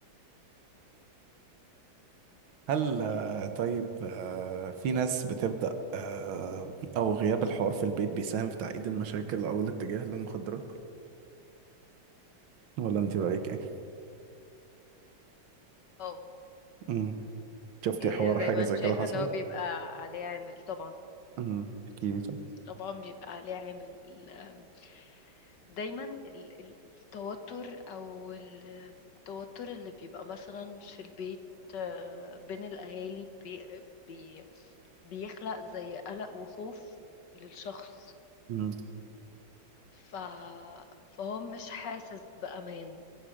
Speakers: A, on the right; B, on the left.
A: هل آه، طيب آه، في ناس بتبدأ آه، او غياب الحوار في البيت بيساهم في تعقيد المشاكل او الاتجاه للمخدرات ولا انت رأيك ايه؟
B: اه
A: مم. شفتي
B: يعني
A: حوار
B: أنا دايما
A: حاجة زي
B: شايفة
A: كده حصلت؟
B: ان هو بيبقى عليه عامل طبعا
A: امم احكي لي طيب
B: طبعا بيبقى عليه عامل ال- آم، دايما ال- ال- التوتر او ال- التوتر اللي بيبقى مثلا في البيت آه، بين الاهالي بي بي بيخلق زي قلق وخوف للشخص
A: امم
B: ف... فهو مش حاسس بأمان